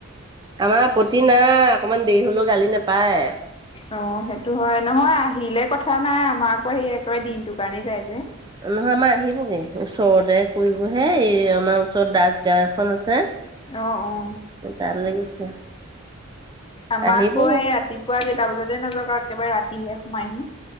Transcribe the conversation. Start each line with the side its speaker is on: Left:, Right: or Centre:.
Right: আমাৰ‌ আপত্তি নাই অকমান দেৰি হ'লেও গালি নেপাৰে।
Left: অ' সেইটো হয়, নহয় আহিলে কথা নাই আমাৰ আকৌ সেই একেবাৰে দিনটোৰ কাৰণে যাই যে।
Right: নহয়, আমাৰ আহিবগে ওচৰতে কৰিবহে এই আমাৰ ওচৰত দাস গাওঁ এখন আছে।
Left: অ' অ'।
Right: তালৈ গৈছে।
Left: আমাৰ
Right: আহিবগে
Left: আকৌ এই ৰাতিপুৱা যেইটা বজাতে নাযাওঁক আৰু একেবাৰে ৰাতিহে সোমাইহি।